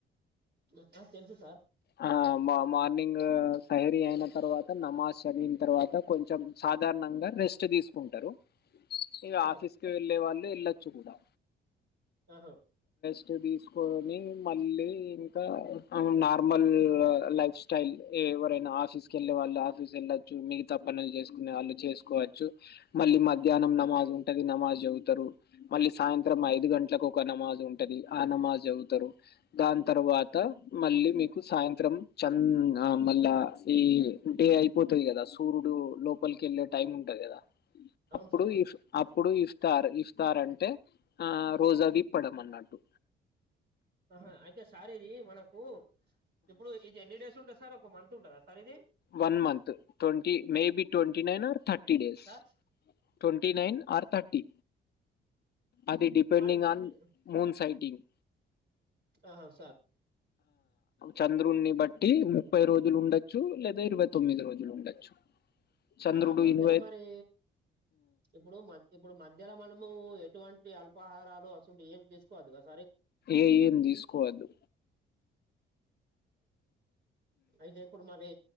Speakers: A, on the right (about 55°); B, on the left (about 55°).
A: నాకా తెలుసు సార్
B: ఆ మా మార్నింగ్ సైరి అయిన తర్వాత నమాజ్ జరిగిన తర్వాత కొంచం సాధారణంగా రెస్ట్ తీసుకుంటరు. ఇగా
A: సార్
B: ఆఫీస్కి వెళ్ళే వాళ్ళు ఎళ్ళొచ్చు గుడా
A: ఆహా
B: ఇగ తీసుకొని మళ్ళీ ఇంకా నార్మల్ లైఫ్ స్టైల్ ఎవరైనా ఆఫీస్కి ఎళ్ళే వాళ్ళు ఆఫీస్ వెళ్లచ్చు మిగతా పనుల్ చేసుకునే వాళ్ళు చేసుకోవచ్చు మళ్ళీ మధ్యాహ్నం నమాజ్ ఉంటది నమాజ్ చదువుతారు మళ్ళీ సాయంత్రం ఐదు గంట్లకు నమాజ్ ఉంటది ఆ నమాజ్ చదువుతారు దాన్ తర్వాత మళ్ళీ మీకు సాయంత్రం చంద మళ్ళా ఈ డే అయిపోతది కదా సూర్యుడు లోపలికి ఎళ్ళే టైం ఉంట
A: అవును
B: అప్పుడు
A: సార్
B: ఇఫ్ అప్పుడు ఇస్తార్ ఇస్తారాంటే ఆ రోజు అవి ఇప్పడం అన్నట్టు
A: ఆహా అయితే సార్ ఇది మనకు ఇప్పుడు ఇది ఎన్ని డేస్ ఉంటది సార్ ఒ మంత్ ఉంటదా సార్ ఇది
B: వన్ మంత్ ట్వంటి మేబి ట్వం కి nine thirty days
A: sir
B: twenty nine or thirty అది డిపెడింగ్
A: మరి మధ్య
B: ఆన్ మూన్ సైటింగ్
A: ఆహా సార్
B: చంద్రుని బట్టి ముప్పై రోజులు ఉండొచ్చు లేదా ఇరవై తొమ్మిది రోజులు ఉండొచ్చు. చంద్రుడు
A: ఆహా మధ్యాహ్నం
B: ఇరవై
A: మరి ఇప్పుడు మ ఇప్పుడు మధ్యల మనము ఇటువంటి అల్పాహారాలు అసంటోవి ఏం తీసుకోవోదు గా సా
B: ఏ ఏం తీసుకోవద్దు
A: అయితే ఇప్పుడు మరి